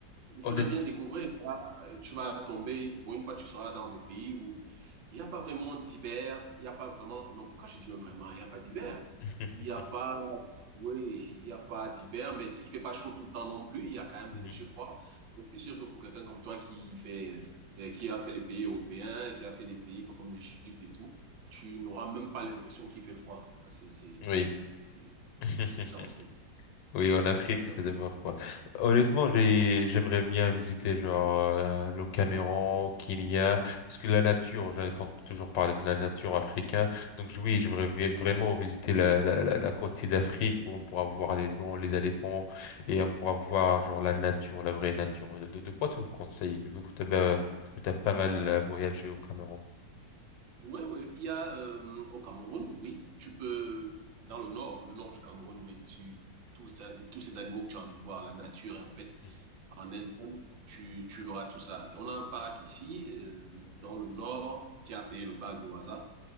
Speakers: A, on the right; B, on the left.
A: Il
B: Honnêtement.
A: faudrait bien découvrir. Là, euh, tu vas tomber, bon, une fois que tu seras dans des pays où il n'y a pas vraiment d'hiver, il n'y a pas vraiment. Non, pourquoi je dis même vraiment, il n'y a pas d'hiver?
B: <laughs>
A: Il n'y a pas. Oui, il n'y a pas d'hiver, mais s'il ne fait pas chaud tout le temps non plus, il y a quand même
B: Mhm.
A: des légers froids. Je suis sûr que pour quelqu'un comme toi qui fait, euh, qui a fait les pays européens, qui a fait les pays comme l'Égypte et tout, tu n'auras même pas l'impression qu'il fait froid. Ah, C'est c'est-
B: Oui.
A: c'est-
B: <laughs>
A: c'est ça, en fait.
B: Oui, en Afrique,
A: Donc, ça-
B: il faisait moins froid. Honnêtement, j'ai, j'aimerais bien visiter genre euh, le Cameroun, Kenya, parce que la nature, j'entends toujours parler de la nature africaine. Donc je- oui, j'aimerais vi- vraiment visiter la, la, la, la côte d'Afrique où on pourra voir les lions, les éléphants et on pourra voir genre la nature, la vraie nature. De, de, de quoi tu me conseilles, vu que tu as, pas mal euh, voyagé au Cameroun?
A: Oui, oui. Il y a euh, au Cameroun, oui. Tu peux, dans le nord, le nord du Cameroun, oui, tu, tout ça, tous ces animaux que tu as envie de voir, la nature, en fait,
B: Mhm.
A: en elle-même, tu, tu verras tout ça. Et on a un parc ici, euh, dans le nord, qui est appelé le parc de Waza.